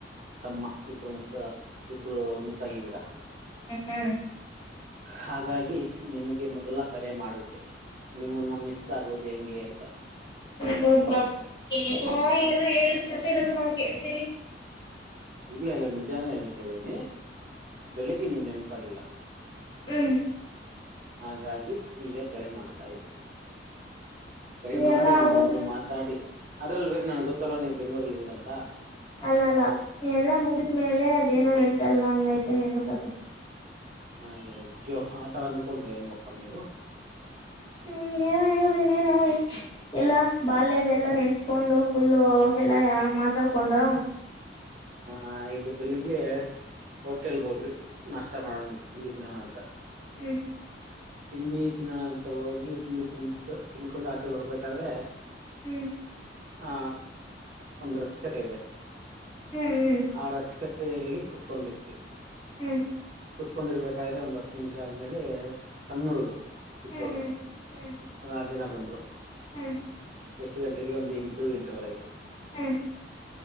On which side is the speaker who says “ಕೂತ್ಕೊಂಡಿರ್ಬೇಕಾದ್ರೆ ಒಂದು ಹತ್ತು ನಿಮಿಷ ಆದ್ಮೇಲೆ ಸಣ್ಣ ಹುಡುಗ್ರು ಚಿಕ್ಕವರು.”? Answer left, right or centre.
Right